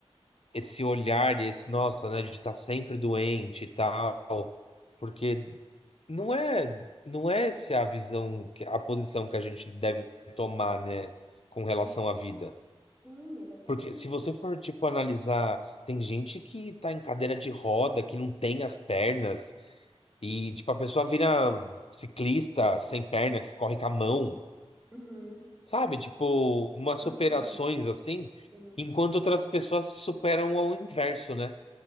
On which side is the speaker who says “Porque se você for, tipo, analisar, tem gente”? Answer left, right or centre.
Left